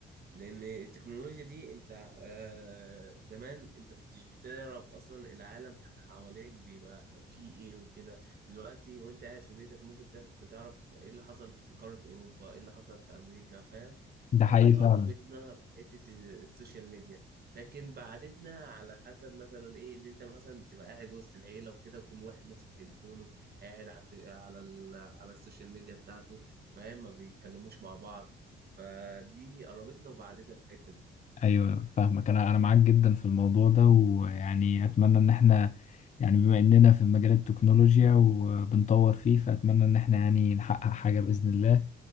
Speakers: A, on the right (about 50°); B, on the left (about 40°).
A: لان التكنولوجيا دي انت آه زمان انت كنتش بتعرف اصلا العالم حواليك بيبقى فيه ايه وكده دلوقتي وانت قاعد في بيتك ممكن تحس- تعرف ايه اللي حصل في قارة اوروبا ايه اللي حصل في امريكا فاهم
B: ده
A: فدي
B: حقيقي فعلا
A: قربتنا في حتة السوشيال ميديا لكن بعدتنا على حسب مثلا ايه اللي انت مثلا بتبقى قاعد وسط العيلة وكده وكل واحد ماسك تليفونه قاعد على الت- على ال- على السوشيال ميديا بتاعته فاهم ما بيتكلموش مع بعض فدي قربتنا وبعدتنا في الحتة دي
B: ايوه فاهمك انا انا معاك جدا في الموضوع ده ويعني اتمنى ان احنا يعني بما اننا في مجال التكنولوجيا وبنطور فيه فاتمنى ان احنا يعني نحقق حاجه باذن الله